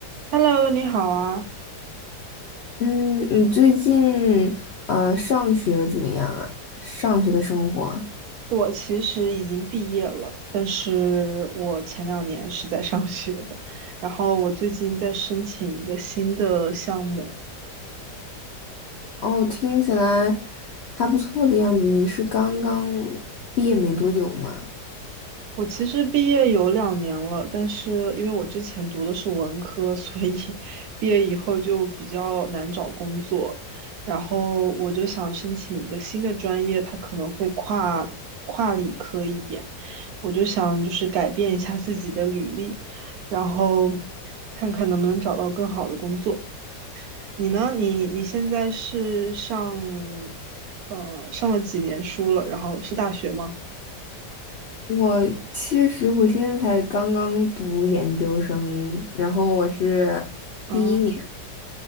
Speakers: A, on the right (about 70°); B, on the left (about 70°).
A: Hello，你好啊！
B: 嗯，你最近呃上学怎么样啊？上学的生活
A: 我其实已经毕业了，但是我前两年是在上学的。然后我最近在申请一个新的项目，
B: 哦，听起来还不错的样子。你是刚刚毕业没多久吗？
A: 我其实毕业有两年了，但是因为我之前读的是文科，所以 <laughs> 毕业以后就比较难找工作。然后我就想申请一个新的专业，它可能会跨跨理科一点。我就想就是改变一下自己的履历，然后看看能不能找到更好的工作。你呢？你你现在是上呃上了几年书了？然后是大学吗？
B: 我其实我现在才刚刚读研究生，然后我是第一年，
A: 啊